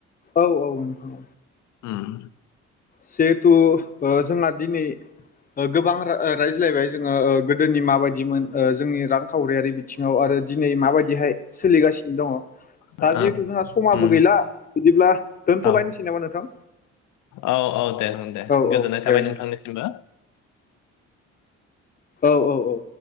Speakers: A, on the left; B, on the left.
A: औ औ नोंथां।
B: उम
A: जिहेथु ओ जोंना दिनै ओ गोबां ओ रायज्लायबाय जोङो ओ गोदोनि माबायदिमोन ओ जोंनि रांखावरियारि बिथिङाव आरो दिनै माबायदिहाय सोलिगासिनो दङ'।
B: ओ
A: दा जिहेथु जोंहा समाबो
B: उम
A: गैला बिदिब्ला दोनथ'लायनोसै
B: औ
A: नामा नोंथां?
B: औ औ दे दे
A: औ
B: गोजोननाय
A: औ
B: थाबाय
A: दे नोंथां
B: नोंथांनिसिमबो।
A: औ औ औ